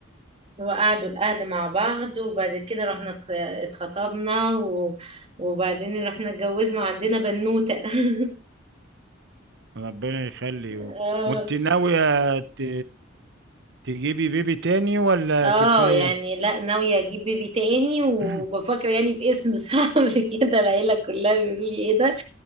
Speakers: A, on the right; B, on the right.
A: وقعدوا الأهل مع بعض وبعد كده رحنا ات- اتخطبنا و... وبعدين رحنا اتجوزنا وعندنا بنوتة <laughs>
B: ربنا يخليه
A: اه
B: وانت ناوية ت... تجيبي بيبي تاني ولا
A: آه،
B: كفاية
A: يعني لا ناوية أجيب بيبي تاني وبفكر
B: <clears throat>
A: يعني في اسم صعب <laughs> كده العيلة كلها بيقولوا لي إيه ده